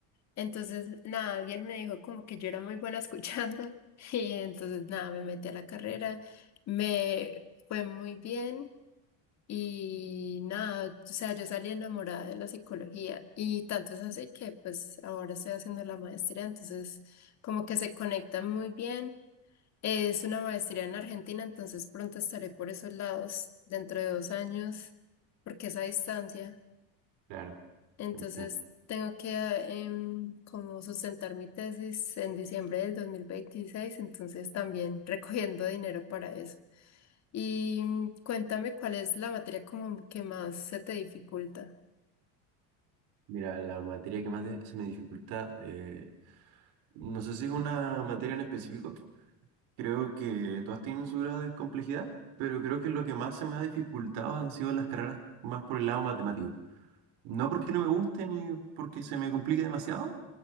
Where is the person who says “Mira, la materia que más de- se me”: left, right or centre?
Right